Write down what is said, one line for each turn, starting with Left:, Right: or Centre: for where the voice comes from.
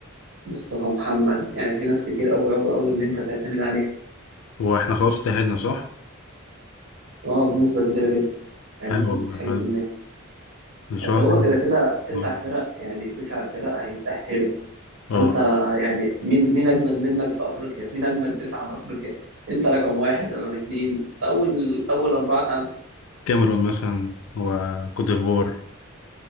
Right: مصطفى محمد يعني في ناس كتير أوي أوي أوي إن أنت تعتمد عليها
Left: هو احنا خلاص تأهلنا صح؟
Right: اه بنسبة كبيرة جدا يعني
Left: حلو
Right: بنسبة
Left: والله
Right: 90%
Left: حلو ان شاء
Right: أصل
Left: الله
Right: هو
Left: يعني.
Right: كده كده تسع
Left: اه
Right: فرق يعني تسع فرق هيتأهلوا
Left: آه.
Right: أنت يعني مين مين أجمد منك في أفريقيا مين أجمد تسعة في أفريقيا أنت رقم واحد رقم اتنين أول أول أربعة خمسة
Left: كاميرون مثلا وكوت ديفوار